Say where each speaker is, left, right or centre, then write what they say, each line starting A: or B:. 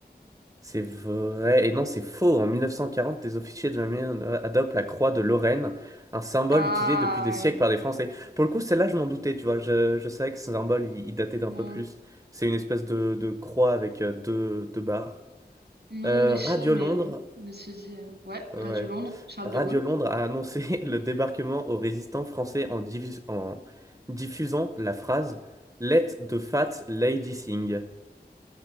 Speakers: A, on the right; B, on the right.
A: C'est vrai. Et non, c'est faux. En 1940, des officiers de la mer euh, adoptent la croix de Lorraine, un symbole
B: Ah
A: utilisé depuis des siècles
B: ouais.
A: par des Français. Pour le coup, celle-là, je m'en doutais, tu vois. Je, je savais que ce symbole, il, il datait d'un
B: Non.
A: peu plus. C'est une espèce de, de croix avec euh, deux, deux barres.
B: Non,
A: Euh,
B: mais je
A: Radio
B: sais, mais
A: Londres,
B: je me suis dit. euh, Ouais, Radio
A: euh, ouais.
B: Londres, Charles
A: Radio
B: de Gaulle.
A: Londres a annoncé <laughs> le débarquement aux résistants français en, divis- en diffusant la phrase Let the fat lady sing.